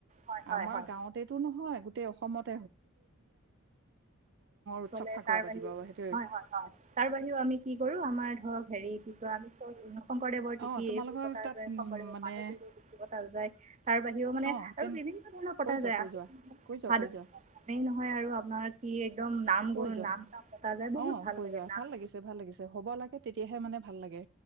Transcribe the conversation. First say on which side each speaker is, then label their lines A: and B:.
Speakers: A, on the right; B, on the right.
A: হয় হয়
B: আমাৰ
A: হয়
B: গাঁৱতেতটো নহয় গোটেই অসমত উৎসৱ
A: লে
B: ফাকুৱা
A: তাৰ
B: পাতিব
A: বাহি
B: সেইটো
A: হয় হয় হয় তাৰ বাহিৰেও আমি কি কৰো আমাৰ ধৰক হেৰি কি ক আমিংকৰ শদেৱৰ তিথি
B: অ তোমালোকৰ
A: এইবোৰ পতা
B: তাত
A: যায়
B: উম
A: শম্দেৱৰ
B: মানে
A: মাধৱদেৱৰ তিথি পতা যায় তাৰ বাহিৰেও মানে
B: অ
A: আৰু
B: তেন
A: বিভিন্ন ধৰণৰ পতা
B: কৈ যোৱা
A: যায়
B: কৈ
A: আ
B: যোৱা কৈ যোৱা
A: ভাদৱ
B: কৈ যোৱা
A: স নহয় আৰু আপোনাৰ কি একদম নাম
B: কৈ
A: গু
B: যোৱা
A: নাম চাম পতা যায় বহুত
B: অ
A: ভাল
B: কৈ
A: লাগে
B: যোৱা
A: নাম
B: ভাল লাগিছে ভাল লাগিছে হ'ব লাগে তেতিয়াহে মানে ভাল লাগে